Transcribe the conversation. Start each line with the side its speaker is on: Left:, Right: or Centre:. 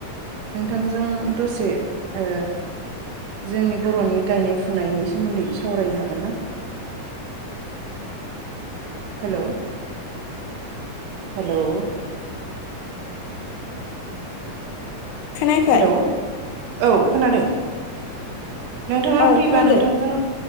Right: नोंथां। जों दसे ओ जोंनि बर'नि गायनाय फुनायनि सोमोन्दै सावरायनो हागोन ना हेलौ। हेलौ
Left: खोनायाखै
Right: हेलौ औ खोनादों। नोंथाङा
Left: औ
Right: फ्रिबा
Left: खोनादो
Right: नोंथांजों